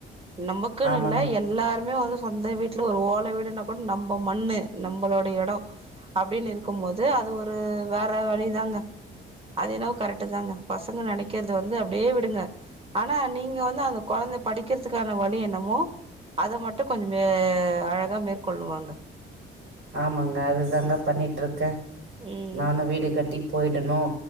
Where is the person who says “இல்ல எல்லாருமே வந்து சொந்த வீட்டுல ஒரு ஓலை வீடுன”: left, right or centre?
Right